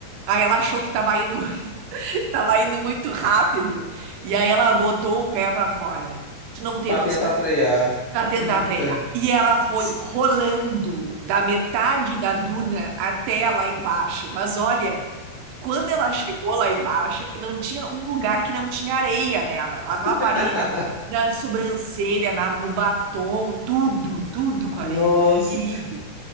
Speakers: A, on the right; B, on the left.
A: aí ela achou que tava indo, <laughs> tava indo muito rápido, e aí ela botou o pé pra fora. Tu não tem
B: Pra
A: noção.
B: tentar frear.
A: Pra tentar
B: Eita.
A: frear. E ela foi
B: Se-
A: rolando da metade da duna até lá embaixo. Mas olha, quando ela chegou lá embaixo, não tinha um lugar que não tinha areia nela. Ela tava com
B: <laughs>
A: areia na sobrancelha, na- no batom, tudo, tudo com
B: Nossa.
A: areia. Que perigo,